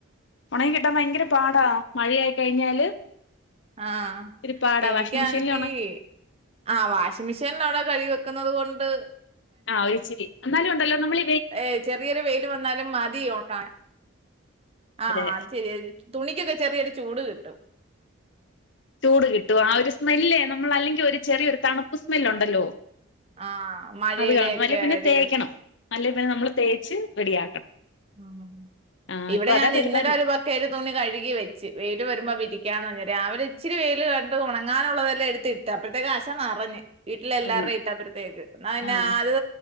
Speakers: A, on the left; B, on the right.
A: ഉണങ്ങി കിട്ടാൻ ഭയങ്കര പാടാ മഴയായി കഴിഞ്ഞാല്.
B: ആഹ
A: ഇത്തിരി പാടാ
B: എനിക്കാണെങ്കി.
A: വാഷിംഗ് മെഷീനിൽ ഉണ
B: ആ വാഷിംഗ് മെഷീനിൽ അവിടെ കഴി വെക്കുന്നത് കൊണ്ട്.
A: ആ ഒരുച്ചിരി എന്നാലും ഉണ്ടല്ലോ നമ്മള
B: ഏ ചെറിയൊരു വെൽ വന്നാലും മതി ഒണക്കാൻ ആ
A: അതെ
B: അത് ശരിയ തുണിക്കൊക്കെ ചെറിയൊരു ചൂട് കിട്ടും.
A: ചൂട് കിട്ടു ആ ഒരു സ്മെല്ലേ നമ്മൾ അല്ലെങ്കിൽ ഒരു ചെറിയൊരു തണുപ്പ് സ്മെല് ഉണ്ടല്ലോ.
B: ആ മഴയുടെ
A: അത് കാണും
B: ഒക്കെ
A: അല്ലെ പിന്നെ
B: ഒരു
A: തേക്കണം നല്ല പിന്നെ നമ്മള് തേച്ച് റെഡിയാക്കണം.
B: ഉ
A: ആ
B: ഇവിടെ
A: ഇപ്പൊ അതാ
B: ഞാൻ
A: പരിപാടി
B: ഇന്നലെ ഒരു കൽ തുണി കഴുകി വെച്ച് വെയിൽ വരുമ്പോൾ വിരിക്കയന്ന് രാവിലെ ഇചിരി വയിൽ കണ്ടു തുണങ്ങാനുള്ളതെല്ലാം എടുത്ത്ട്ട് ആപ്പഴത്തേക്ക് അശ നിറഞ് വീട്ടില
A: അറിഞ്ഞു
B: എല്ലാരുടെയും ഇട്ടപ്പഴത്തേക്ക് എന്നാ പിന്നെ
A: ആ
B: അത്.